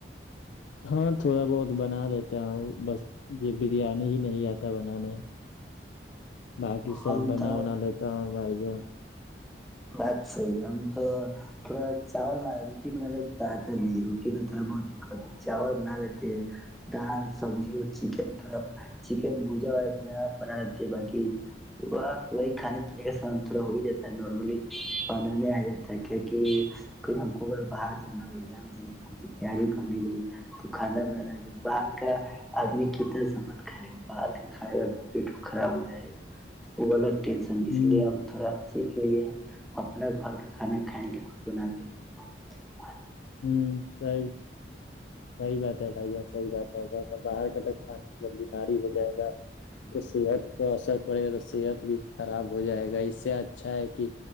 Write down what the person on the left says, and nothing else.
ہاں تھوڑا بہت بنا دیتا ہوں بس یہ بریانی ہی نہیں آتا بنانے باقی سب
بنا
بنا لیتا ہوں بھائی جان <inaudible>
ہوں
ہوں صحب <unintelligible> صحی بات ہے بھائی جان صحی بات ہے میں باہر ک تک کھا نہیں <unintelligible> جب بیماری ہو جائے گ <unintelligible> تو صحت پر اثر پڑے گا تو صحت بھی خراب ہو جائے گا اس سے اچھا ہے کہ